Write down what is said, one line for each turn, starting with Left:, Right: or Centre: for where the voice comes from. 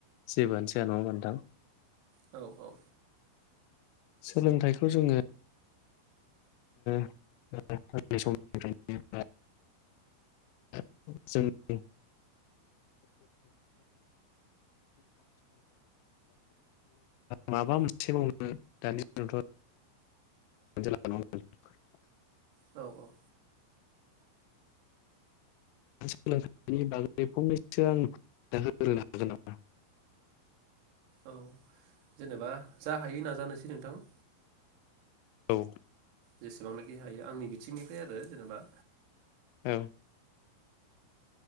Left: जेबोआनो जाया नङा होनबा नोथां
Right: औ औ
Left: सोलोंथाइखौ जोङो <unintelligible> <unintelligible> बा माबा
Right: औ
Left: मोनसे मावनो <unintelligible> <unintelligible>
Right: औ औ
Left: सोलोंथाइनि बागै फंनैसो आं <unintelligible> होग्रोनो हागोन नामा
Right: औ जेनेबा जा हायो नाजानोसै नोंथां
Left: औ
Right: जेसेबांनाखि हायो आंनि बिथिंनिफ्राय आरो जेनेबा
Left: ओं